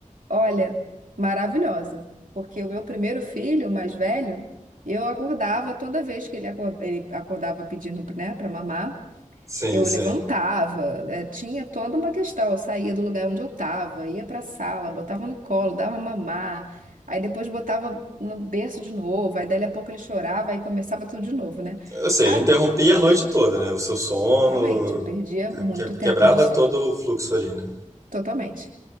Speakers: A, on the right; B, on the right.
A: olha, maravilhosa. Porque o meu primeiro filho, o mais velho, eu acordava toda vez que ele, acor- ele acordava pedindo, né, pra mamar.
B: Sim,
A: Eu levantava,
B: sim.
A: eh, tinha toda uma questão. Eu saía do lugar onde eu estava, ia para a sala, botava no colo, dava mamar, aí depois botava no berço de novo, aí dali a pouco ele chorava, aí começava tudo de novo, né?
B: Ou seja,
A: Ago-
B: interrompia a noite toda, né? O seu sono,
A: Totalmente, eu perdia muito
B: que-
A: tempo
B: quebrava
A: de só,
B: todo o fluxo ali, né?
A: totalmente.